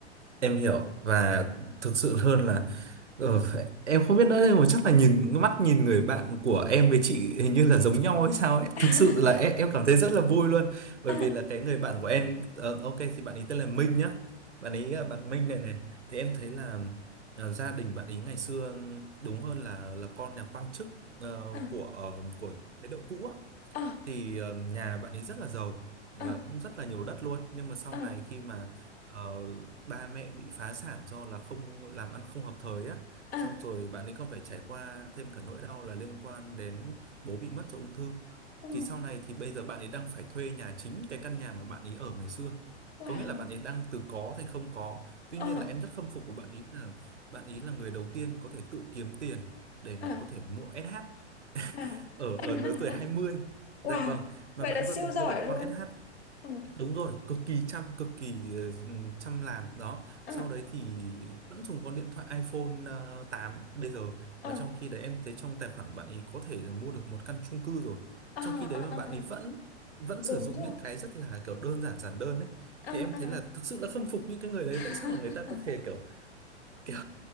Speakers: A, on the right; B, on the left.
A: em hiểu và thực sự hơn là ờ, em không biết nữa nhưng mà chắc là nhìn mắt nhìn người bạn của em với chị hình như là giống nhau hay sao ấy
B: <laughs>
A: thực sự là em, em cảm thấy rất là vui luôn bởi
B: à,
A: vì là cái người bạn của em ờ, ok thì bạn ấy tên là Minh nhá bạn ấy là bạn Minh này này thì em thấy là ờ, gia đình bạn ấy ngày xưa ừm, đúng hơn là là con nhà quan chức ờ,
B: à,
A: của ờ, của chế độ cũ á
B: à,
A: thì ờ, nhà bạn ấy rất là giàu và
B: à,
A: cũng rất là nhiều đất luôn nhưng mà sau
B: à, à,
A: này khi mà ờ, ba mẹ bị phá sản do là không làm ăn không hợp thời á
B: à,
A: xong rồi bạn ấy còn phải trải qua thêm cả nỗi đau là liên quan đến bố bị mất do ung thư
B: à,
A: thì sau này thì bây giờ bạn ấy đang phải thuê nhà chính cái căn nhà mà bạn ấy ở ngày xưa
B: wow
A: có nghĩa là bạn ấy đang từ có thành không có tuy
B: à,
A: nhiên là em rất khâm phục của bạn ấy là bạn ấy là người đầu tiên có thể tự kiếm tiền để mà
B: à.
A: có thể mua SH
B: Wow.
A: ở
B: <laughs>
A: ở lứa tuổi hai mươi
B: Wow.
A: dạ vâng mà
B: Vậy
A: bạn
B: là
A: có
B: siêu
A: thể mua
B: giỏi
A: được
B: luôn.
A: con SH
B: Ừ.
A: đúng rồi cực kỳ chăm cực kỳ ờ, ừ, chăm làm đó
B: Ừ.
A: sau đấy thì vẫn dùng con điện thoại iPhone ờ, 8 bây giờ
B: Ừ.
A: mà trong khi đấy em thấy trong tài khoản bạn ấy có thể là mua được một căn chung cư rồi
B: Ờ,
A: trong khi đấy
B: ờ,
A: mà
B: ờ,
A: bạn
B: ờ.
A: ấy vẫn vẫn
B: Đúng
A: sử dụng
B: rồi.
A: những cái rất là kiểu đơn giản giản đơn đấy
B: Ờ,
A: thì em
B: ờ,
A: thấy là thực sự là khâm phục những cái người đấy
B: ờ. <laughs>
A: tại sao mà người ta có thể kiểu kiểu